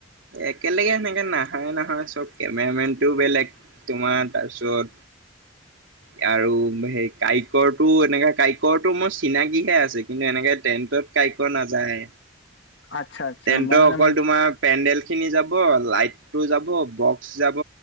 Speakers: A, on the right; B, on the left.
A: একেলগে সেনেকে নাহে নহয় নহয় চব কেমেৰামেন টোও বেলেগ তোমাৰ তাৰপিছত <unintelligible> আৰু সেই কাৰিকৰটো এনেকে কৰিকৰটো মোৰ চিনাকিহে আছে কিন্তু এনেকে টেণ্টত কাৰিকৰ নাযায়
B: আচ্ছা আচ্ছা
A: তেন্তে
B: মই মানে
A: অকল তোমাৰ পেডেল খিনি যাব লাইটটো যাব বক্স যাব